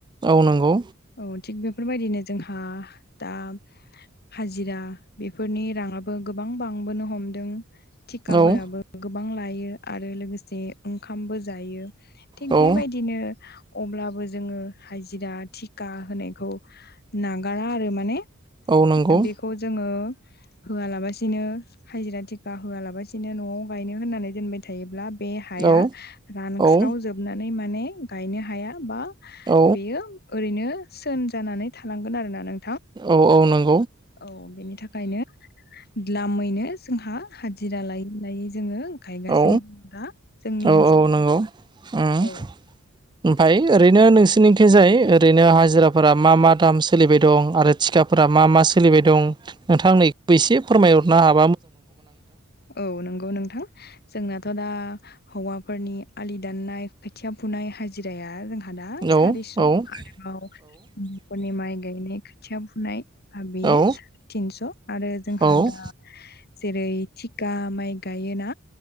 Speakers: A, on the right; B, on the left.
A: औ नंगौ
B: औ थिग बे फोरबायदिनो जोंहा दा हाजिरा बेफोरनि राङाबो गोबां बांबोनो हमदों। थिखाफोराबो
A: औ
B: गोबां लायो आरो लोगोसे ओंखामबो जायो। थिग
A: औ
B: बेबायदिनो अब्लाबो जोङो हाजिरा थिखा होनायखौ नागारा आरो माने
A: औ नंगौ
B: बेखौ जोङो होआलाबसिनो हाजिरा थेखाा होआलाबसिनो नआव गायनो होननानै दोनबाय थायोब्ला। बे हाया
A: औ
B: रानस्राव
A: औ
B: जोबनानै माने गायनो हाया बा।
A: औ
B: बेयो ओरैनो सोन जानानै थालांगोन आरोना नों
A: औ औ नों
B: औ बेनि थाखायनो द्लामैनो जोंहा हाजिरा लायै लायै जोङो गायगासिनो
A: औ
B: दं दा जोंनि
A: औ औ नंगौ ओमफफ्राय
B: ओनसोलाव
A: ओरैनो नोंसोरनिंखिजाय ओरैनो हाजिराफोरा मा मा दाम सोलिबाय दं आरो थिखाफोर फोरा मा-मा सोलिबाय दं नोंथाङा आंनो एसे फोरमायहरनो हाब
B: औ नंगौ नोंथां जोंनाथ' दा हौवाफोरनि आलि दाननाय खोथिया फुनाय हाजिराया जोंहा आदा सारिस
A: औ
B: आरोबाव
A: औ
B: माइ गायनाय खोथिया फुनाय बेयो
A: औ
B: तिनस' आरो जोंहा
A: औ औ
B: दा जेरै थिखा माइ गायोना